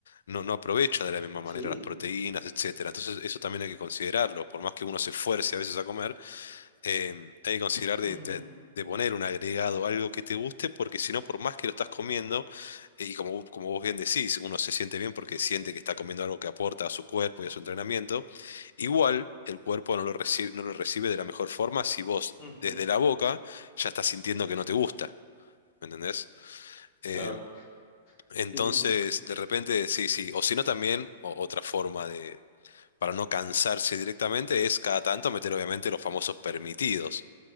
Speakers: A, on the left; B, on the left.
A: no, no aprovecha de la misma manera
B: Sí.
A: las proteínas, etcétera. Entonces, eso también hay que considerarlo. Por más que uno se esfuerce a veces a comer, eh, hay que considerar de,
B: ujú,
A: de- de poner un agregado, algo que te guste, porque si no, por más que lo estás comiendo, eh, y como, como vos bien decís, uno se siente bien porque siente que está comiendo algo que aporta a su cuerpo y a su entrenamiento, igual el cuerpo no lo recibe, no lo recibe de la mejor forma si vos
B: ujú,
A: desde la boca ya estás sintiendo que no te gusta. ¿Me entendés? Eh,
B: Claro.
A: entonces,
B: Sí, sí, sí.
A: de repente, sí, sí. O si no, también o- otra forma de, para no cansarse directamente, es cada tanto meter, obviamente, los famosos permitidos.